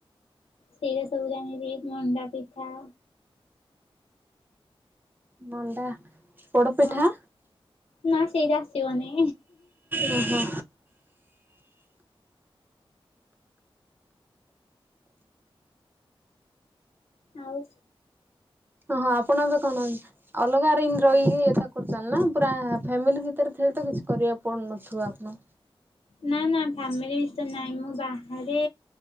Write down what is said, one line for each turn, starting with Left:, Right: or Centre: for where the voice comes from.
Left: ସେଇଟା ସବୁ ଜାଣିଚି ମଣ୍ଡା ପିଠା
Right: ମଣ୍ଡା ପୋଡ଼ପିଠା
Left: ହଁ ନା ସେଇଟା ଆସିବନି।
Right: ଓହୋ।
Left: ଆଉ
Right: ଓହୋ ଆପଣ ଏବେ କଣ? ଅଲଗା ରେ ଏନ୍ତି ରହିକି ଏତା କରୁଛନ୍ତି ନା ପୁରା ଫ୍ୟାମିଲି ଭିତରେ ଥିଲେ ତ କିଛି କରିବାକୁ ପଡୁନଥିବ ଆପଣ
Left: ନା ନା ଫ୍ୟାମିଲି ଭିତ ରେ ନାହିଁ ମୁଁ ବାହାରେ